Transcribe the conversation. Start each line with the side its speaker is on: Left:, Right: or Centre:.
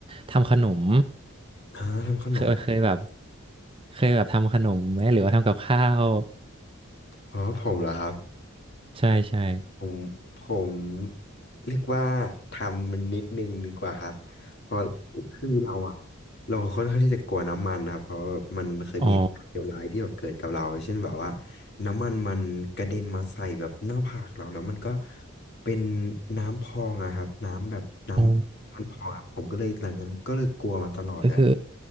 Right: ทำขนม
Left: อ่าทำขนม
Right: เคยเคยแบบเคยแบบทำขนมไหมหรือว่าทำกับข้าว
Left: อ๋อผมเหรอครับ
Right: ใช่ใช่
Left: ผมผมเรียกว่าทำมันนิดนึงดีกว่าครับเพราะคือเราอะเราค่อนข้างที่จะกลัวน้ำมันนะครับเพราะว่ามันเคยมีเหตุการณ์เลวร้ายที่แบบเกิดกับเราเช่นแบบว่า
Right: <laughs> อ๋อ
Left: น้ำมันมันกระเด็นมาใส่แบบหน้าผากเราแล้วมันก็เป็นน้ำพองอะครับน้ำแบบน้ำมันพองอะผมก็เลยหลังจากนั้นก็เลยกลัวมาตลอดแล้ว
Right: อ๋อ ก็คือ